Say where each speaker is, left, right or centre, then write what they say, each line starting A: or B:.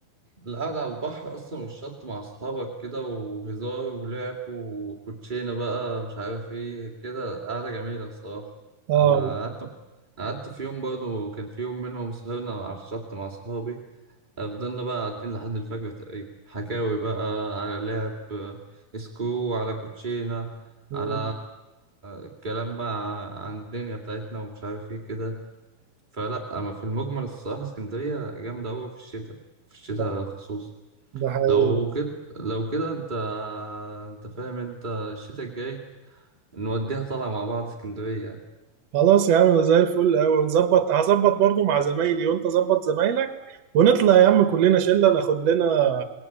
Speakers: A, on the right; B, on the right.
A: القعدة على البحر أصلا والشط مع أصحابك كده وهزار ولعب وكوتشينة بقى مش عارف إيه كده قعدة جميلة الصراحة
B: اه
A: أنا قعدت قعدت في يوم برضه كان في يوم منهم سهرنا على الشط مع أصحابي فضلنا بقى قاعدين لحد الفجر تقريبا حكاوي بقى على لعب سكرو على كوتشينة
B: مم،
A: على الكلام بقى عن الدنيا بتاعتنا ومش عارف إيه كده فلا اما في المجمل الصراحه اسكندريه جامده قوي في الشتاء في الشتاء
B: ده
A: خصوصا
B: ده حقيقي
A: لو كده لو كده انت انت فاهم انت الشتاء الجاي نوديها طالعه مع بعض اسكندريه
B: خلاص يا عم ده زي الفل قوي ونظبط هظبط برضو مع زمايلي وانت ظبط زمايلك ونطلع يا عم كلنا شلة ناخد لنا